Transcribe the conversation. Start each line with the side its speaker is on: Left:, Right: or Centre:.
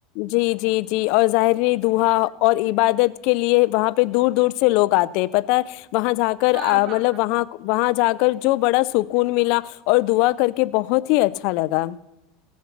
Left: جی جی جی اور ظاہری دحا اور عبادت کے لیے وہاں پہ دور دور سے لوگ آتے ہیں پتہ وہاں جا کر
Right: ہاں، ہاں،
Left: مطلب
Right: ہاں۔
Left: وہاں وہاں جا کر جو بڑا سکون ملا اور دعا کر کے بہت ہی اچھا لگا